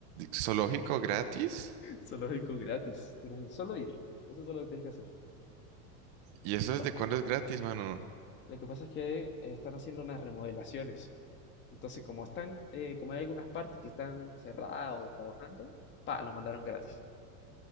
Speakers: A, on the right; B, on the left.
A: ¿Zoológico gratis?
B: Zoológico gratis. Tienes que solo ir. Eso es todo lo que tienes que hacer.
A: ¿Y eso
B: Va.
A: desde cuándo es gratis, mano?
B: Lo que pasa es que eh, están haciendo unas remodelaciones. Entonces, como están, eh, como hay algunas partes que están cerradas o trabajando, pa, lo mandaron gratis.